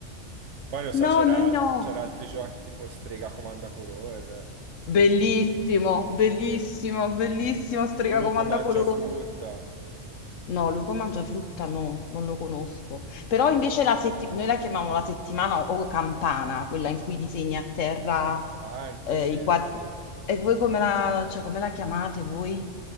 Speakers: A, on the right; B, on the left.
A: Poi non so,
B: No,
A: c'era
B: noi no.
A: c'era altri giochi tipo Strega Comanda Color,
B: Bellissimo, bellissimo,
A: sì.
B: bellissimo, strega
A: O Lupo Mangia
B: colore.
A: Frutta,
B: No, lupo mangia frutta no, non lo conosco. Però invece la setti- noi la chiamiamo la settimana o campana, quella in cui disegni a terra
A: anche,
B: eh,
A: sì,
B: i quadri.
A: sì.
B: E voi come la, cioè, come la chiamate voi?